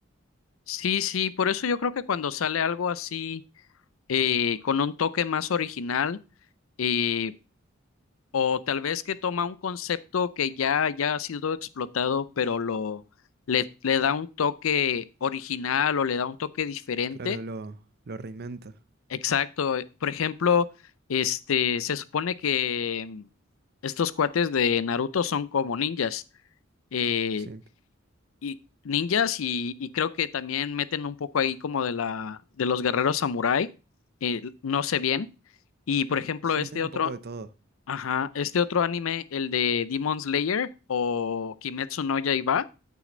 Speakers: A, on the left; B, on the right.
A: Sí, sí, por eso yo creo que cuando sale algo así, eh, con un toque más original, eh, o tal vez que toma un concepto que ya, ya ha sido explotado, pero lo, le, le da un toque original o le da un toque diferente.
B: Claro, lo, lo reinventa.
A: Exacto. eh, Por ejemplo, este, se supone que mm, estos cuates de Naruto son como ninjas. Eh,
B: Sí,
A: y ninjas y, y creo que también meten un poco ahí como de la de los guerreros samurái, eh, no sé bien. Y por ejemplo,
B: sí,
A: este
B: medio
A: otro,
B: un poco de todo.
A: ajá, este otro anime, el de Demon Slayer o Kimetsu no Yaiba,